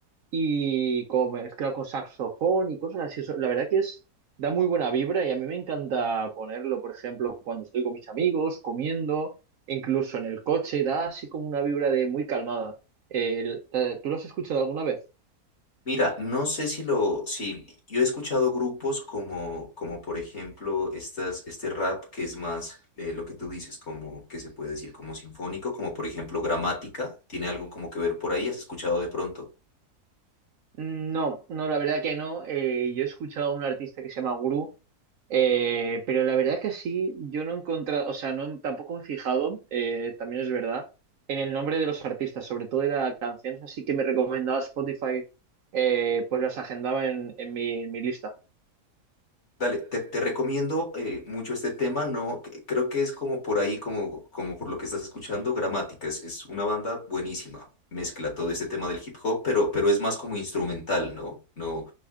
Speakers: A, on the right; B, on the left.
A: y como mezclado con saxofón y cosas así. Eso- La verdad que es, da muy buena vibra y a mí me encanta ponerlo, por ejemplo, cuando estoy con mis amigos, comiendo, incluso en el coche, da así como una vibra de muy calmada. El- ¿te- ¿tú lo has escuchado alguna vez?
B: Mira, no sé si lo, si yo he escuchado grupos como, como por ejemplo estas, este rap que es más eh, lo que tú dices, como que se puede decir como sinfónico, como por ejemplo Gramática, tiene algo como que ver por ahí, ¿has escuchado de pronto?
A: No, no, la verdad que no. Eh, yo he escuchado a un artista que se llama Guru Eh, pero la verdad que sí, yo no he encontrado, o sea, no, tampoco me he fijado, eh, también es verdad, en el nombre de los artistas, sobre todo de las canciones, así que me recomendaba Spotify, eh, pues las agendaba en, en mi, en mi lista.
B: Dale, te, te recomiendo eh, mucho este tema, no, c- creo que es como por ahí, como, como por lo que estás escuchando, Gramática, es, es una banda buenísima, mezcla todo este tema del hip hop, pero, pero es más como instrumental, ¿no? No,